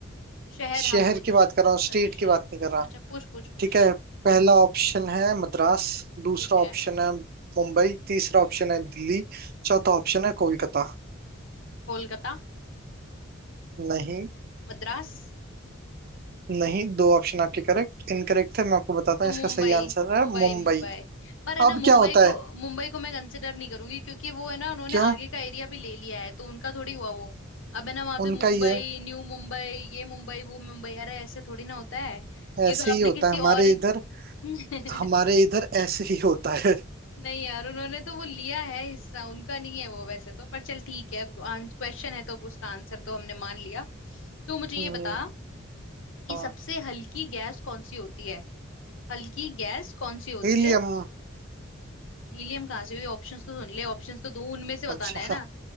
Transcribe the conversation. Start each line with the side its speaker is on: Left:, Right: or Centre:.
Left: शहर
Right: शहर
Left: हाँ पूछ
Right: की बात कर रहा हूँ स्टेट
Left: अच्छा शहर
Right: की बात नहीं कर रहा
Left: अच्छा पूछ पूछ पूछ
Right: ठीक है पहला ऑप्शन है मद्रास दूसरा
Left: ठीक है
Right: ऑप्शन है मुंबई तीसरा
Left: हम्म
Right: ऑप्शन है दिल्ली चौथा ऑप्शन है कोलकाता
Left: कोलकाता
Right: नहीं
Left: मद्रास
Right: नहीं दो ऑप्शन आपके करेक्ट इनकरेक्ट थे मैं आपको बताता
Left: तो
Right: हूँ
Left: मुंबई
Right: इसका सही आंसर
Left: मुंबई
Right: है मुंबई
Left: मुंबई पर है ना
Right: अब
Left: मुंबई
Right: क्या होता
Left: को
Right: है
Left: मुंबई को मैं कंसिडर नहीं करूंगी क्योंकि वो है ना उन्होंने
Right: क्यों
Left: आगे का एरिया भी ले लिया है तो उनका थोड़ी हुआ वो अब है ना वहां पे
Right: उनका
Left: मुंबई
Right: ही है
Left: न्यू मुंबई ये मुंबई वो मुंबई अरे ऐसे थोड़ी ना होता है
Right: ऐसे
Left: ये तो
Right: ही
Left: आपने
Right: होता
Left: किसी
Right: है हमारे
Left: और
Right: इधर
Left: <laughs>
Right: हमारे इधर ऐसे ही होता है
Left: नहीं यार उन्होंने तो वो लिया है हिस्सा उनका नहीं है वो वैसे तो पर चल ठीक है क्वेश्चन है तो अब उसका आंसर तो हमने मान लिया तो मुझे
Right: हम्म,
Left: ये बता कि
Right: हाँ
Left: सबसे हल्की गैस कौन सी होती है हल्की गैस कौन सी होती
Right: हीलियम
Left: है हीलियम कहाँ से हुई ऑप्शंस तो सुन ले ऑप्शंस तो दो उनमें से बताना
Right: अच्छा
Left: है ना